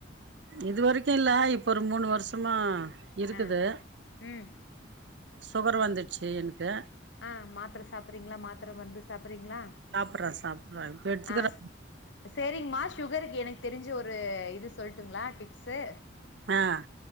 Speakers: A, on the right; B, on the left.
A: இது வரைக்கும் இல்ல இப்ப ஒரு மூணு வருஷமா இருக்குது
B: ஆஹ் உம்
A: சுகர் வந்துடுச்சு எனக்கு
B: ஆஹ் மாத்திர சாப்பறீங்களா மாத்திர மருந்து சாப்பறீங்களா
A: சாப்புட்றே சாப்புட்றே இப்ப எடுத்துக்கிறே
B: ஆஹ் செரிங்கமா சுகர் எனக்கு தெரிஞ்ச ஒரு இது சொல்ட்டுங்களா டிப்சு
A: ஆஹ்